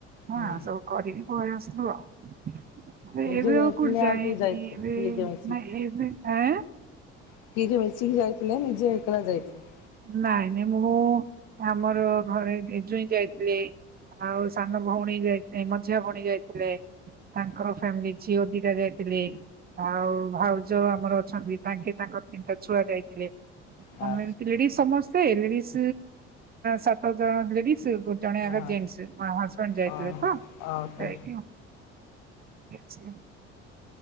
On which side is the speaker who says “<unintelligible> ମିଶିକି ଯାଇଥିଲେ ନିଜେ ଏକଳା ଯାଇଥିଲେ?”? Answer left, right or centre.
Left